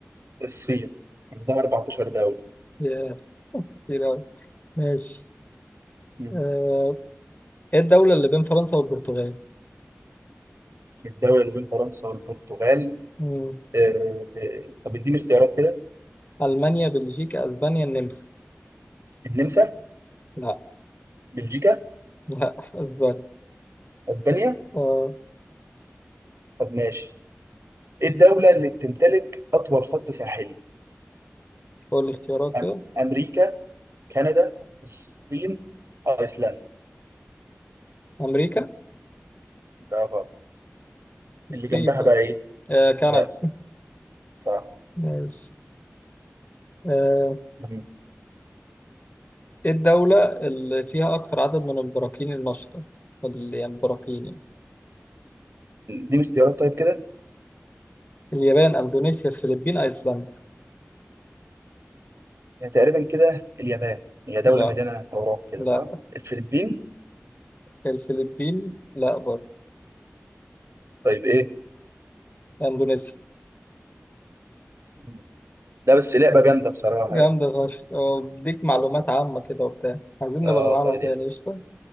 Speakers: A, on the right; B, on the left.
A: الصين عندها 14 دولة
B: ياه <laughs> كتير أوي ماشي
A: مم.
B: آه، إيه الدولة اللي بين فرنسا والبرتغال؟
A: الدولة اللي بين فرنسا والبرتغال
B: مم.
A: آه، آه، آه. طب اديني اختيارات كده
B: ألمانيا بلجيكا أسبانيا النمسا
A: النمسا
B: لا
A: بلجيكا
B: لا <laughs> أسبانيا
A: اسبانيا
B: آه،
A: طب ماشي الدولة اللي بتمتلك أطول خط ساحلي
B: قول لي اختيارات كده
A: أم- أمريكا كندا الصين أيسلندا
B: أمريكا
A: ده غلط
B: الصين
A: اللي جنبها
B: بقى
A: بقى إيه؟
B: آه، كندا
A: لا صح
B: ماشي آه،
A: مم.
B: إيه الدولة اللي فيها أكتر عدد من البراكين النشطة؟ ال- يعني البراكين يعني.
A: دي مش اختيارات طيب كده
B: اليابان أندونيسيا الفلبين أيسلندا
A: يعني تقريبا كده اليابان هي دولة
B: لا
A: مليانة أوراق كده
B: لا
A: صح؟ الفلبين
B: الفلبين لا برضه
A: طيب إيه؟
B: أندونيسيا
A: مم. لا بس لعبة جامدة بصراحة
B: جامدة
A: يا اسطى
B: فشخ أه، بديك معلومات
A: آه
B: عامة كده وبتاع عايزين نبقى
A: آه
B: نلعبها
A: والله
B: تاني
A: دي
B: قشطة